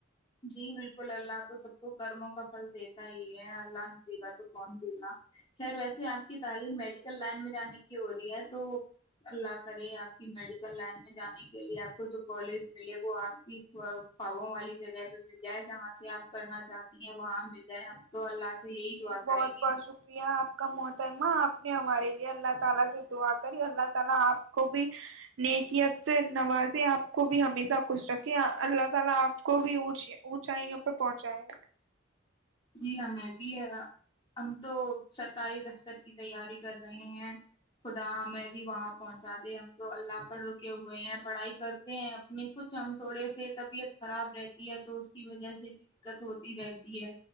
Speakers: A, on the left (about 25°); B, on the right (about 75°).
A: جی بالکل اللہ تو سب کو کرموں کا پھل دیتا ہی ہے اللہ نہیں دے گا تو کون دے گا خیر ویسے آپ کی تعلیم میڈیکل لائن میں جانے کی ہو رہی ہے تو اللہ کرے آپ کی میڈیکل لائن میں جانے کے لیے آپ کو جو کالج ملے وہ آپ کی فاابوں والی جگہ مل جائے جہاں سے آپ کرنا چاہتی ہیں وہاں مل جائے ہمب تو اللہ سے یہی
B: جی
A: دعا کریں
B: بہت
A: گے
B: بہت شکریہ آپ کا محترمہ آپ ہمارے لیے اللہ تعالی سے دعا کری اللہ تعالی اپ کو بھی نیکیت سے نوازیں اپ کو بھی ہمیشہ خوش رکھے اللہ تعالی اپ کو بھی اونچی اونچائیوں پر پہنچائیں
A: جی ہاں میں بھی ہے ہم تو سرکاری دفتر کی تیاری کر رہے ہیں خدا ہمیں بھی وہاں پہنچا دے ہم تو اللہ پر رکے ہوئے ہیں پڑھائی کرتے ہیں اپنی کچھ ہم تھوڑے سے طبیعت خراب رہتی ہے تو اس کی وجہ سے بھی دقت ہوتی رہتی ہے